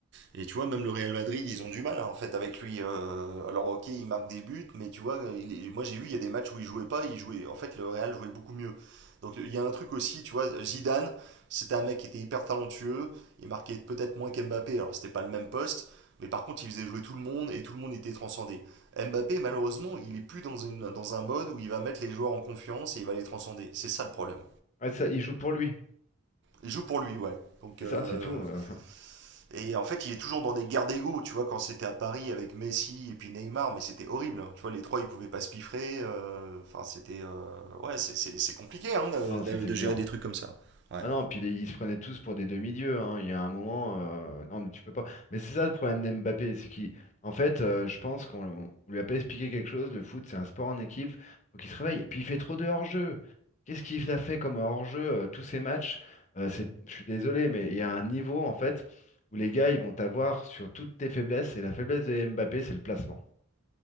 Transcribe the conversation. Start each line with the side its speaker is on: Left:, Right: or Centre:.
Right: Et tu vois, même le Real Madrid, ils ont du mal hein, en fait avec lui. Euh, alors ok, il marque des buts, mais tu vois, il est- moi j'ai vu, il y a des matchs où il jouait pas, il jouait. En fait, le Real jouait beaucoup mieux. Donc il y a un truc aussi, tu vois, Zidane, c'était un mec qui était hyper talentueux, il marquait peut-être moins qu'Mbappé, alors c'était pas le même poste, mais par contre il faisait jouer tout le monde et tout le monde était transcendé. Mbappé, malheureusement, il est plus dans, une, dans un mode où il va mettre les joueurs en confiance et il va les transcender. C'est ça le problème.
Left: Ouais, ça, il joue pour lui.
Right: Il joue pour lui, ouais. Donc
Left: C'est
Right: euh,
Left: ça, c'est tout. euh. <laughs>
Right: et en fait, il est toujours dans des guerres d'ego, tu vois, quand c'était à Paris avec Messi et puis Neymar, mais c'était horrible. hein. Tu vois, les trois, ils pouvaient pas se piffrer. euh, Enfin, c'était. euh, ouais, c'est- c'est c'est compliqué hein, de,
Left: Non,
Right: de-
Left: c'était
Right: de
Left: dur.
Right: gérer des trucs comme ça. Ouais.
Left: Ah non, puis les- ils se prenaient tous pour des demi-dieux, hein. Il y a un moment, euh, non mais tu peux pas. Mais c'est ça le problème d'Mbappé, c'est qu'il, en fait, euh, je pense qu'on on lui a pas expliqué quelque chose. Le foot, c'est un sport en équipe, faut qu'il se réveille. Et puis il fait trop de hors-jeu. Qu'est-ce qu'il a fait comme hors-jeu euh, tous ces matchs? Euh, c'est, je suis désolé, mais il y a un niveau en fait où les gars, ils vont t'avoir sur toutes tes faiblesses. Et la faiblesse de Mbappé, c'est le placement.